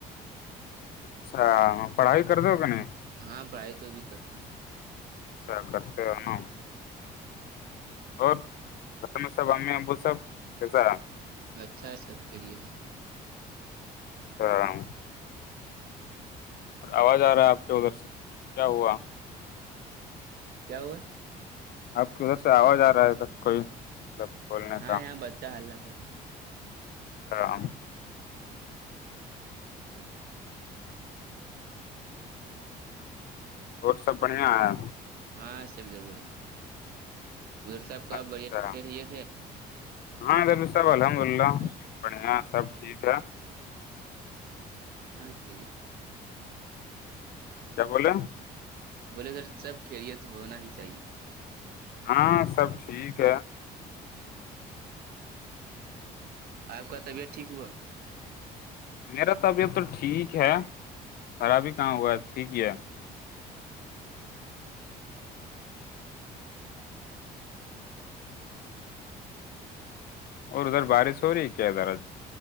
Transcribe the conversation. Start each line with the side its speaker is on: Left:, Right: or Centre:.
Left: اچھا پڑھائی کر دو کہ نہیں
Right: ہاں پڑھائی تو بھی کرتی ہوں
Left: اچھا کرتے رہ نا اور گھر میں سب امی ابو سب کیسا
Right: اچھا ہے سب فریے سے
Left: ہاں اور آواز آ رہا ہے آپ کے ادھر سے کیا ہوا
Right: کیا ہوا
Left: آپ کی ادھر سے آواز آ رہا ہے ادھر کوئی مطلب بولنے
Right: ہاں
Left: کا
Right: اں بچہ ہللہ کرے
Left: ہاں
Right: ؀
Left: روڈ سب بڑھیا ہے
Right: ہاں سب ادھر بڑھیا ادھر سب کا
Left: اچھا
Right: بڑھیا کھیل یہ تھے
Left: ہاں د صاحب الحمد للہ بڑھیا سب ٹھیک ہے
Right: ہاں کہ
Left: کیا بولے ہیں
Right: بولے سر سب کیریت ہونا ہی چاہیے
Left: ہاں سب ٹھیک ہے
Right: آپ کابعت ٹھ ہ ہوا
Left: میرا طبیعت تو ٹھیک ہے خرابی کہاں ہوا ہے ٹھیک ہی ہے اور ادھر بارش ہو رہی ہے کیا ادھر آج